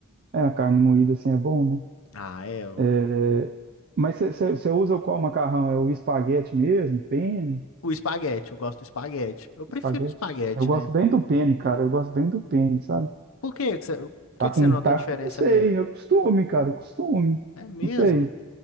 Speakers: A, on the right; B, on the left.
A: é, a carne moída assim é bom, né?
B: Ah, é, o,
A: É, mas você você- você usa o qual macarrão? É o espaguete mesmo? Penne?
B: o espaguete, eu gosto do espaguete. Eu prefiro
A: Espaguete?
B: espaguete,
A: Eu gosto
B: né?
A: bem do penne, cara. Eu gosto bem do penne, sabe?
B: Por que que você, por
A: Tá
B: que
A: com,
B: que você notou
A: tá,
B: diferença
A: não sei,
B: nele?
A: é costume, cara, é costume.
B: É mesmo?
A: Não sei.